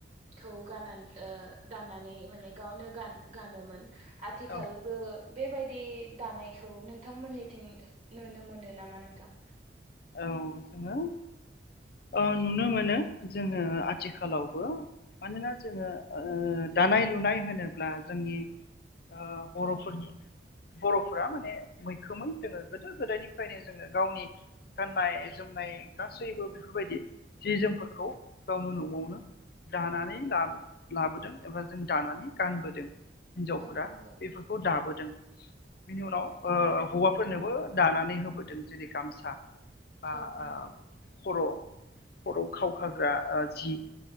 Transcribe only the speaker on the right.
खौ गान गाननानै माने गावनो गान गानोमोन आथिखालबो
बेबायदि दानायखौ नोंथांमोननिथिं नुनो मोनो नामा नोंथां?
<inaudible>
औ
औ नंगौ
औ नंगौ